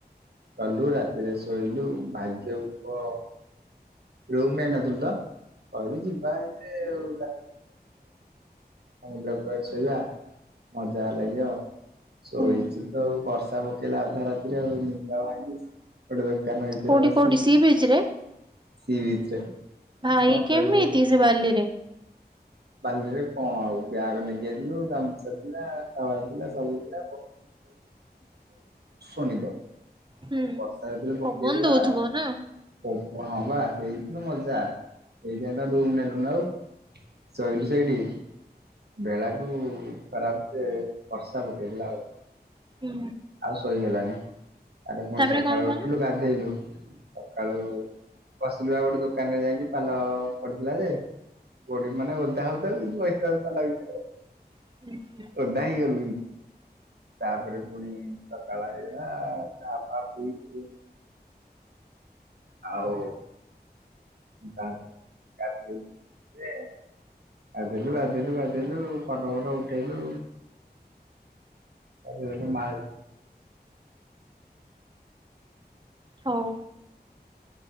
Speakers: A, on the right; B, on the right.
A: ଗଲୁ ରାତିରେ ଶୋଇଲୁ ଭାଗ୍ୟକୁ କୁହ। ରୁମନେ଼ଇ ନ ଥିଲୁତ କହିଲୁ ଯିବା ଏମିତି ରା ସମୁଦ୍ର କୂଳରେ ଶୋଇବା ମଜା ଲାଗିବ ଶୋଇଚି
B: ହୁଁ
A: ତଆଉ ବର୍ଷା ବର୍ଷା ପକେଇଲା ଅଧା ରାତିରେ ଆଉ ନିଦ ଭାଙ୍ଗି ଗୋଟେ ଦୋକାନ ଭିତରେ
B: କୋଉଠି
A: ବସି
B: କୋଉଠି ସି ବିଚ୍ ରେ
A: ସି ବିଚ୍ ରେ।
B: ଭାଇ
A: କଣ
B: କେମିତି
A: କହିବୁ
B: ସେ ବାଲିରେ
A: ବାଲିରେ କଣ ଆଉ ବ୍ୟାଗ ନେଇକି ଯାଇଥିଲୁ ଗାମୁଛା ଥିଲା ଟାୱେଲେ ଥିଲା ସବୁ ଥିଲାପ <unintelligible>
B: ହୁଁ।
A: ଆଉ ବର୍ଷା ଜେତେବେଳେ ପକେଇ
B: ପବନ
A: ଦେଲା
B: ଦଉଥିବ ନା
A: ହଁ ବା ସେଇଦିନ ମଜା ସେଇଥିାପାଇଁ ତ ରୁମ୍ ନେଲୁନ ଆଉ। ଶୋଇଲୁ ସେଇଠି। ବେଳା କୁ ଖରାପ ସେ ବର୍ଷା ପକେଇ ଥିଲା ଆଉ।
B: ହୁଁ।
A: ଆଉ ଶୋଇହେଲାନି ଆରେ ପୁଣି
B: ତାପରେ
A: ସକାଳୁ
B: କଣ କଲ
A: ଉଠିଲୁ ଗଧେଇଲୁ। ସକାଳୁ ବସିଲୁ ଆଉ ଗୋଟେ ଦୋକାନରେ ଯାଇକି ପାଲ ପଡିଥିଲା ଯେ। କୋଡ଼ି ମାନେ ଓଧା ହଉଥାଉ କିନ୍ତୁ ବସିଥାଉ ପାଲା ଭିତରେ ଆଉ।
B: <unintelligible>
A: ଓଦାହେଇଗଲୁ କି। ତାପରେ ପୁଣି ସକାଳ ହେଇଗଲା ଚା ଫା ପିଉଥୁଲୁ। ଆଉ ଗା ଗାଧେଇ। ଯେ ଗାଧେଲୁ ଗାଧେଲୁ ଗାଧେଲୁ ଫଟୋ ଫଟ ଉଠେଇଲୁ। ସରିଗଲେ ମା
B: ହଉ।